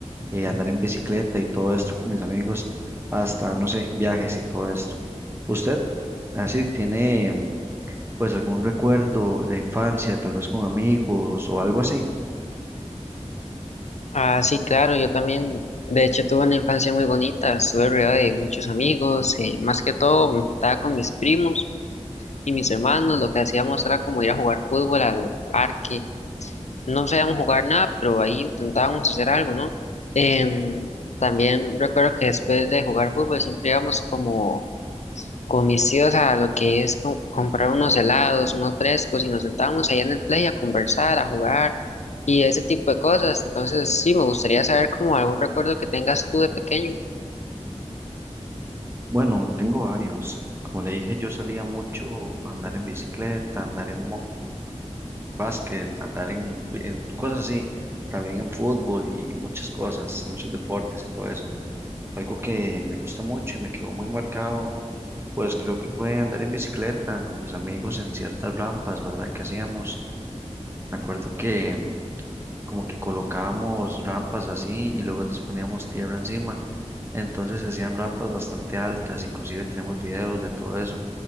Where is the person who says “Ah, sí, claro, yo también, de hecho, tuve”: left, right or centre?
Left